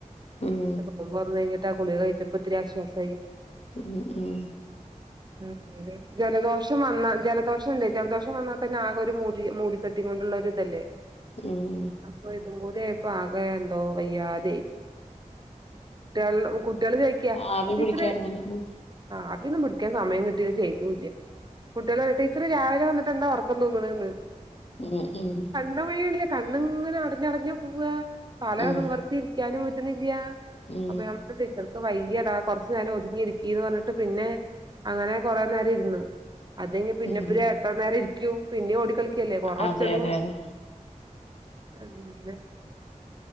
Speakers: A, on the left (about 50°); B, on the right (about 30°).
A: ഉം
B: <unintelligible> നോമ്പൊറന്നഴിഞ്ഞിട്ട് ആ ഗുളിക കഴിച്ചപ്പോ ഇത്തിരി ആശ്വാസായി.
A: ഉം ഉം
B: അങ്ങനെ ജലദോഷം വന്നാ ജലദോഷണ്ട് ജലദോഷം വന്നാതന്നെ ആകെ ഒരു മൂടി മൂടിക്കെട്ടി കൊണ്ടുള്ള ഒരു ഇതല്ലേ.
A: ഉം
B: ഇപ്പൊ ഇതുംകൂടി ആയപ്പൊ ആ എന്തോ വയ്യാതെയി ട്ട്യള് കുട്ട്യള് ചോയ് ക്ക്യ
A: ആവി
B: ടീച്ചറ്
A: പിടിക്കായിരുന്നല്ലോ ഉം
B: ആവിയൊന്നു പിടിക്കാൻ സമയം കിട്ടീ ചെയ്തൂല്ല. കുട്ടികള് ടീച്ചറ് രാവിലെ വന്നിട്ടെന്താ ഒറക്കം തൂങ്ങ്ണേന്ന്
A: ഉം ഉം
B: <unintelligible> കണ്ണ്ങ്ങനെ അടഞ്ഞടഞ്ഞ് പോവാ തല
A: ഉം
B: നുവർത്തിയിരിക്കാനും പറ്റുന്നില്ല്യ
A: ഉം
B: അപ്പൊ <unintelligible> ടീച്ചർക്ക് വയ്യട കൊറച്ച് നേരം ഒതുങ്ങി ഇരിക്കീന്ന് പറഞ്ഞിട്ട് പിന്നെ അങ്ങനെ കൊറേ നേരം ഇരുന്ന് അതെഴിഞ്ഞ് പിന്നെപ്പര്
A: ഉം
B: എത്ര നേരം ഇരിക്കു പിന്നേം ഓടിക്കളിക്കല്ലേ കൊറെ
A: അതെ
B: ഒച്ചടു
A: അതെ അതെ
B: അങ്ങനെ